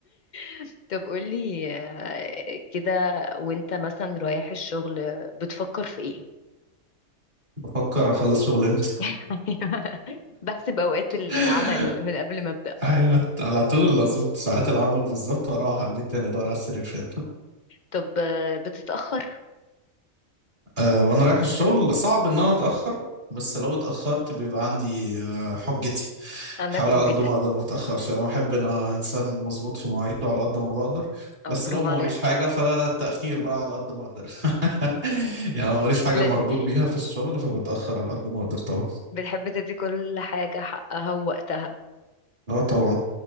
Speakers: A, on the left (about 55°); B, on the right (about 35°).
A: <laughs> طب قولي آه، كده وانت مثلا رايح الشغل بتفكر في ايه
B: بفكر اخلص شغل امتى
A: <laughs> بحسب اوقات العمل
B: <laughs>
A: من قبل ما ابدأ
B: ايوه على طول اظبط ساعات العمل بالظبط واروح على البيت تاني ادور على السرير فين
A: طب آه، بتتأخر
B: أه وانا رايح الشغل صعب ان انا اتاخر بس لو اتاخرت بيبقى عندي أه حجتي
A: عندك
B: بحاول
A: حجتك
B: على قد ما اقدر ما اتاخرش انا بحب ان انا انسان مظبوط في مواعيده على قد ما بقدر
A: آه،
B: بس
A: برافو
B: لو ما
A: عليك
B: وريش حاجه فالتاخير بقى على قد ما اقدر <laughs> يعني ما وريش حاجه
A: لا،
B: مربوط بيها في الشغل فبتاخر على قد ما اقدر طبعا
A: بتحب تدي كل حاجة حقها ووقتها
B: اه طبعا